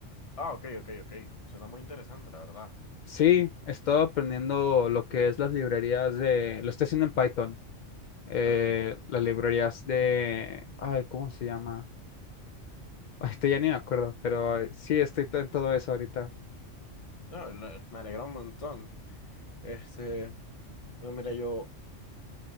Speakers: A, on the left; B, on the left.
A: Ah, ok, ok, ok. Suena muy interesante, la verdad.
B: Sí, he estado aprendiendo lo que es las librerías de, lo estoy haciendo en Python, eh,
A: Ok.
B: las librerías de, ay, ¿cómo se llama? <laughs> Ay, te- ya ni me acuerdo, pero ay, sí, estoy to- en todo eso ahorita.
A: No, la- me alegra un montón. Este, no, mira, yo